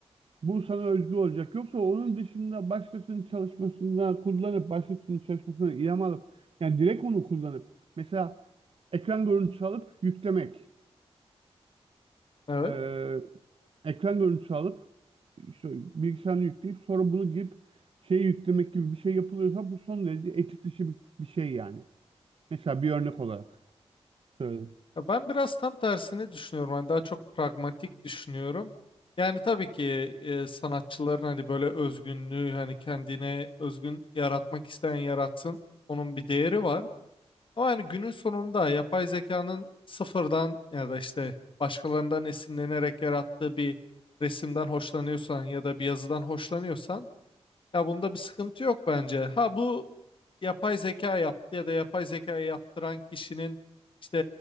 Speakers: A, on the right; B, on the left.
A: bu sana özgü olacak. Yoksa onun dışında başkasının çalışmasına kullanıp, başkasının çalışmasına ilham alıp, yani direkt onu kullanıp, mesela ekran görüntüsü alıp yüklemek,
B: Evet.
A: Ee, ekran görüntüsü alıp işte bilgisayarını yükleyip sonra bunu girip şey yüklemek gibi bir şey yapılıyorsa bu son derece etik dışı bir, bir şey yani. Mesela bir örnek olarak söyledim.
B: Ya ben biraz tam tersini düşünüyorum. Hani daha çok pragmatik düşünüyorum. Yani tabii ki e, sanatçıların hani böyle özgünlüğü hani kendine özgün yaratmak isteyen yaratsın. Onun bir değeri var. Ama yani günün sonunda yapay zekanın sıfırdan ya da işte başkalarından esinlenerek yarattığı bir resimden hoşlanıyorsan ya da bir yazıdan hoşlanıyorsan ya bunda bir sıkıntı yok bence. Ha bu yapay zeka yaptı ya da yapay zekayı yaptıran kişinin işte